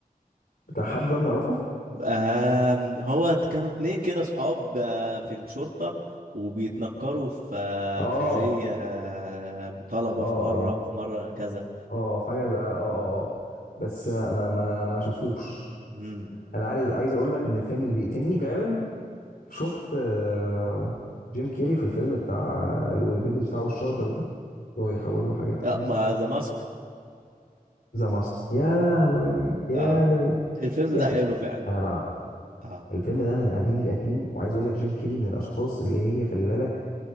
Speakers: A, on the left (about 85°); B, on the right (about 75°).
A: بتاع حد ده بنعرفه
B: آم، هو كانوا اتنين كده صحاب آه، في الشرطة وبيتنكروا في آه،
A: اه
B: في زي آه، مطالبة
A: اه
B: في مرة
A: اه
B: وفي مرة هكذا
A: اه حاجه ده- اه اه اه آه. بس ما ما ما ما شفتوش
B: امم
A: انا عايز عايز اقول لك ان الفيلم اللي بيقتلني فعلا شفت آه، جيم كيري في الفيلم بتاع اللي هو بيلبس بتاع وش اخضر ده اللي هو يحوله حاجات كده
B: لا ما ذا ماسك
A: ذا ماسك يا لهوي جامد
B: آه الفيلم
A: جامد
B: ده حلو فعلا
A: انا بقى
B: اه
A: الفيلم ده من القديم القديم وعايز اقول لك جيم كيري من الاشخاص اللي هي خلي بالك